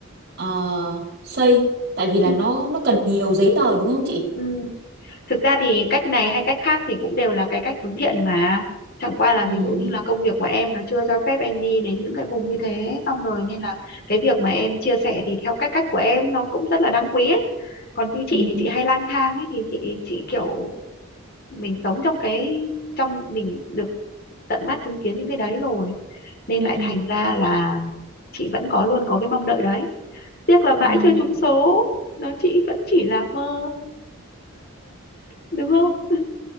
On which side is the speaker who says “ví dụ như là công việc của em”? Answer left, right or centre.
Left